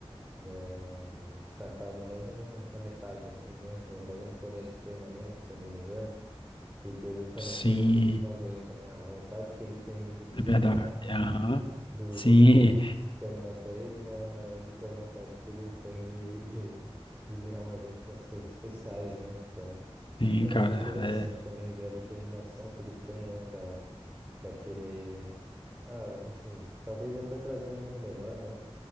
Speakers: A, on the right; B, on the left.
A: ele é descartado logo no- na metade, assim, né? Ou logo no começo do treinamento, se eu não me engano. porque justamente
B: sim,
A: ele ele não aguenta, né? A vontade que ele tem de se
B: é
A: livrar
B: verdade. Aham.
A: dos
B: Sim,
A: outros corruptos que querem matar ele não é maior do que a vontade que ele tem de, de, de virar um agente das forças especiais, né? Então
B: sim,
A: é
B: cara,
A: muito interessante
B: é,
A: também ver a determinação que eles têm, né, para para querer, ah, assim, talvez até trazer um mundo melhor, né?